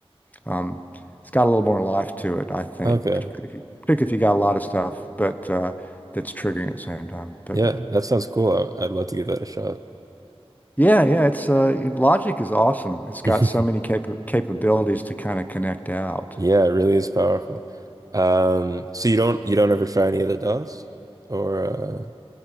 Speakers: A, on the left; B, on the right.
A: um, it's got a little more life to it, I think,
B: Okay.
A: particularly if you, particularly if you got a lot of stuff, but uh, that's triggering at the same time. But
B: Yeah, that sounds cool. I, I'd love to give that a shot.
A: Yeah, yeah, it's uh Logic is awesome. It's
B: <laughs>
A: got so many capa capabilities to kind of connect out.
B: Yeah, it really is powerful. Um, so you don't you don't ever try any of the DAWs or